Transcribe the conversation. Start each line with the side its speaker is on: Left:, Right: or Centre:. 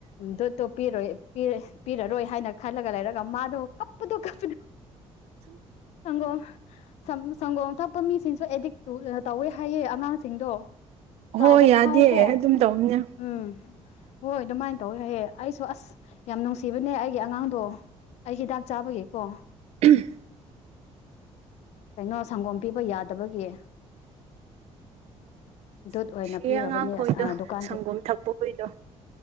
Left: ꯗꯣꯠꯇꯣ ꯄꯤꯔꯣꯏ ꯄꯤꯔ ꯄꯤꯔꯔꯣꯏ ꯍꯥꯏꯅ ꯈꯜꯂꯒ ꯂꯩꯔꯒ ꯃꯥꯗꯣ ꯀꯞꯄꯗꯣ ꯀꯞꯄꯗꯣ꯫ ꯁꯪꯒꯣꯡ ꯁꯝ ꯁꯪꯒꯣꯡ ꯊꯛ ꯃꯤꯁꯤꯡꯁꯨ ꯑꯦꯗꯤꯛ ꯇꯨ ꯇꯧꯋꯦ ꯍꯥꯏꯌꯦ ꯑꯉꯥꯡꯁꯤꯡꯗꯣ꯫ ꯆꯥꯎꯕ
Right: ꯍꯣꯏ ꯌꯥꯗꯦ
Left: ꯐꯥꯎ ꯀꯣ
Right: ꯑꯗꯨꯝ ꯇꯧꯝꯅꯦ
Left: ꯎꯝ ꯍꯣꯏ ꯑꯗꯨꯃꯥꯏꯟ ꯇꯧꯋꯦ ꯍꯥꯏꯌꯦ ꯑꯩꯁꯨ ꯑꯁ ꯌꯥꯝ ꯅꯨꯡꯁꯤꯕꯅꯦ ꯑꯩꯒꯤ ꯑꯉꯥꯡꯗꯣ ꯑꯩ ꯍꯤꯗꯥꯛ ꯆꯥꯕꯒꯤꯀꯣ꯫
Right: ꯎꯝ
Left: ꯀꯩꯅꯣ ꯁꯪꯒꯣꯝ ꯄꯤꯕ ꯌꯥꯗꯕꯒꯤ꯫ ꯗꯨꯠ
Right: ꯅꯨꯡꯁꯤꯌꯦ
Left: ꯑꯣꯏꯅ ꯄꯤꯔꯕꯅꯦ
Right: ꯑꯉꯥꯡꯈꯣꯏꯗꯣ
Left: ꯑꯁ ꯗꯨꯀꯥꯟꯒꯤ
Right: ꯁꯪꯒꯣꯝ ꯊꯛꯄ ꯈꯨꯏꯗꯣ